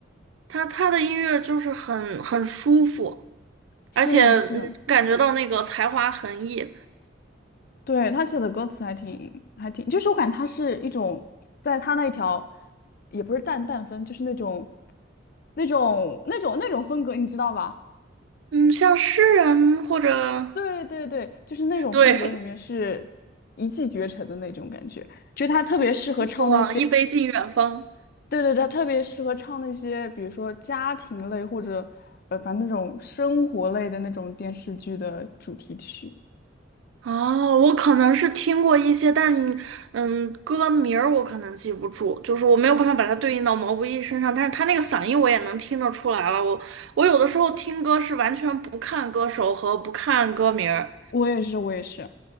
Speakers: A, on the right; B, on the left.
A: 他他的音乐就是很很舒服，
B: 是的，
A: 而且嗯感觉到那个才华横溢。
B: 是，对，他写的歌词还挺还挺，就是我感觉他是一种在他那一条，也不是淡淡风，就是那种那种那种那种风格，你知道吧？
A: 嗯，像诗人或者
B: 对对对，就是那种风格里面是一骑绝尘的那种感觉，
A: 对，
B: 就是他特别适合唱那些，
A: <laughs> 一杯敬过往，一杯敬远方。
B: 对对对，他特别适合唱那些，比如说家庭类或者呃，反正那种生活类的那种电视剧的主题曲。
A: 哦，我可能是听过一些，但嗯，歌名儿我可能记不住，就是我没有办法把它对应到毛不易身上，但是他那个嗓音我也能听得出来了。我我有的时候听歌是完全不看歌手和不看歌名儿。
B: 我也是，我也是，